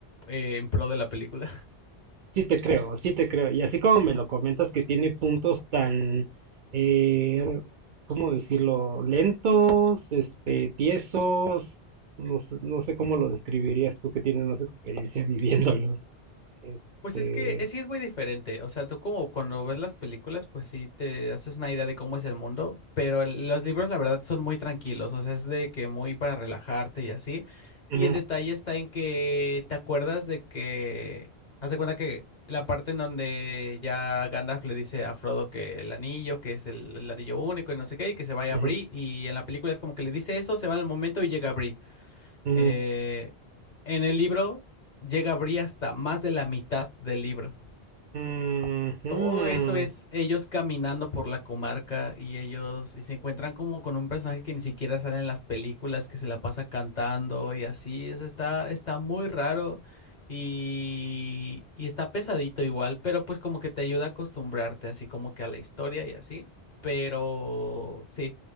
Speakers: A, on the left; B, on the right.
A: eh, en pro de la película?
B: Sí te creo, sí te creo. Y así como me lo comentas que tiene puntos tan, eh, ¿cómo decirlo? Lentos, este,
A: Sí.
B: tiesos, no, sé- no sé cómo lo describirías tú que tienes más experiencia <laughs> viviéndolos. Este,
A: Pues es que es, sí es muy diferente, o sea, tú como cuando ves las películas, pues sí te haces una idea de cómo es el mundo, pero el- los libros la verdad son muy tranquilos, o sea, es de que muy para relajarte y así,
B: Ujú,
A: y el detalle está en que te acuerdas de que, haz de cuenta que la parte en donde ya Gandalf le dice a Frodo que el anillo, que es el, el anillo único y no sé qué, y que se vaya
B: ujú,
A: a Bree, y en la película es como que le dice eso, se va en el momento y llega a
B: ujú,
A: eh, en el libro llega a abrir hasta más de la mitad del libro.
B: ujú.
A: Todo eso es ellos caminando por la comarca y ellos y se encuentran como con un personaje que ni siquiera sale en las películas, que se la pasa cantando y así. Eso está, está muy raro y, y está pesadito igual, pero pues como que te ayuda a acostumbrarte así como que a la historia y así. Pero sí,